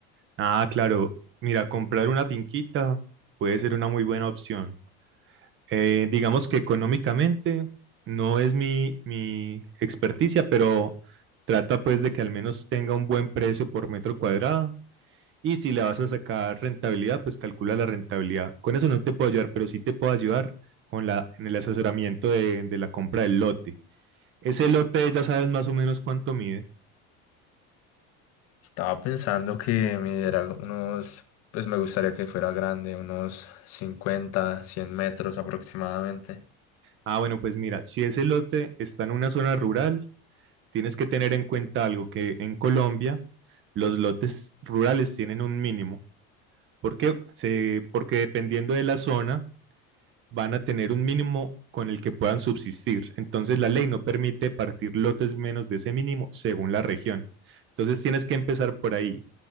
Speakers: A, on the right; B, on the left.
A: Ah, claro, mira, comprar una finquita puede ser una muy buena opción. Eh, digamos que económicamente no es mi, mi experticia, pero trata pues de que al menos tenga un buen precio por metro cuadrado y si le vas a sacar rentabilidad, pues calcula la rentabilidad. Con eso no te puedo ayudar, pero sí te puedo ayudar con la, en el asesoramiento de, de la compra del lote. Ese lote ya sabes más o menos cuánto mide.
B: Estaba pensando que me diera unos, pues me gustaría que fuera grande, unos 50 100 metros aproximadamente.
A: Ah, bueno, pues mira, si ese lote está en una zona rural, tienes que tener en cuenta algo que en Colombia los lotes rurales tienen un mínimo. ¿Por qué? Se- porque dependiendo de la zona van a tener un mínimo con el que puedan subsistir. Entonces la ley no permite partir lotes menos de ese mínimo según la región. Entonces tienes que empezar por ahí